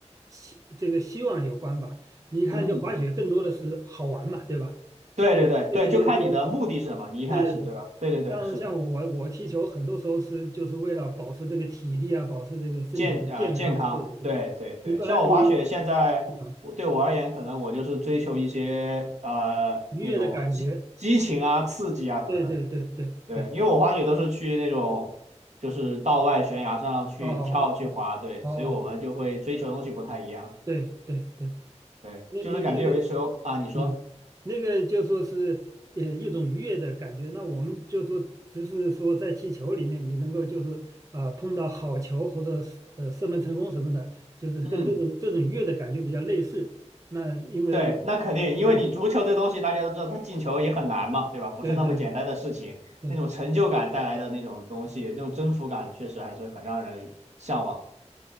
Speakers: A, on the right; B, on the right.
A: 期这个希望有关吧。你看，
B: 嗯，
A: 就滑雪更多的是好玩嘛，对吧？像我们这个就是说，
B: 对对对对，就看你的目的是什么，你一开始对吧？
A: 对对对，
B: 对对对，
A: 像像我我踢球，
B: 是的。
A: 很多时候是就是为了保持这个体力啊，保持这个身体的健康。
B: 健啊健康，
A: 对对对，
B: 对对对，
A: 你不然你
B: 像我滑雪现在我对我而言，
A: 啊
B: 可能我就是追求一些呃那种激激情啊、
A: 愉悦的感觉，
B: 刺激啊什么的。
A: 对对对对对，
B: 对，因为我滑雪都是去那种就是道外悬崖上去跳去滑，
A: 哦哦哦哦，
B: 对，所以我们就会追求东西不太一样。
A: 对对对，
B: 对，
A: 那那那个。
B: 就是感觉有些时候啊，你说，
A: 嗯，那个就说是呃一种愉悦的感觉。那我们就说，只是说在踢球里面，你能够就是啊、碰到好球或者是呃射门成功什么的，就是跟这种这种愉悦的感觉比较类似。
B: 嗯。
A: 那因为
B: 对，那肯定，因为你足球这东西大家都知道，
A: 嗯，
B: 它进球也很难嘛，对吧？不是那么简单的事情，
A: 对对对对，
B: 那种成就感带来的那种东西，那种征服感，确实还是很让人向往